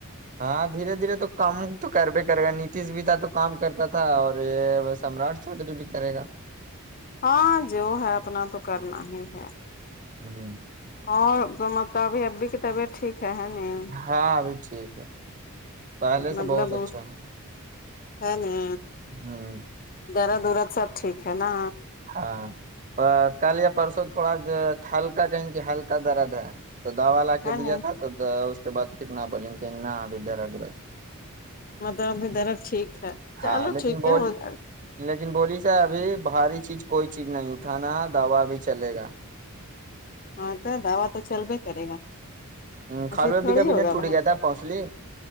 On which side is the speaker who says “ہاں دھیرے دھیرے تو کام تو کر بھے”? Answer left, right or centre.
Right